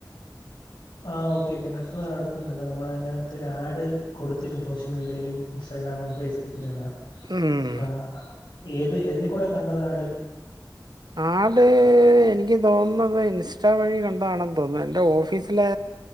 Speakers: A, on the left; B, on the right.
A: ആ ഓക്കെ ഓക്കെ നടത്തുന്നു നടത്തുന്നുണ്ട് നമ്മള അതിനകത്തൊ ഒരു ആഡ് കൊടുത്തിട്ടും സോഷ്യൽ മീഡിയയിലും ഇൻസ്റ്റാഗ്രാമിലും ഫേസ്ബുക്കിലും എല്ലാം
B: ഉം.
A: അപ്പ ഏത് ഏതിനെ കൂടെ കണ്ടത് ആഡ്
B: ആടഡ് എനിക്ക് തോന്നുന്നത് ഇൻസ്റ്റാ വഴി കണ്ടതാണെന്ന് തോന്നുന്നു എൻറെ ഓഫീസിലെ